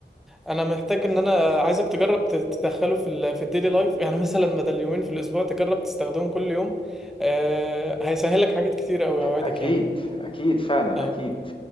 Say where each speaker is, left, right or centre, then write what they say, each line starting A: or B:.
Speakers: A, in the centre; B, on the left (about 30°).
A: انا محتاج ان انا عايزك تجرب تت- تدخله في ال في الديلي لايف يعني مثلا بدل يومين في الاسبوع تجرب تستخدمهم كل يوم آه هيسهلك حاجات كتير قوي اوعدك
B: أكيد،
A: يعني
B: أكيد فعلًا،
A: اه
B: أكيد.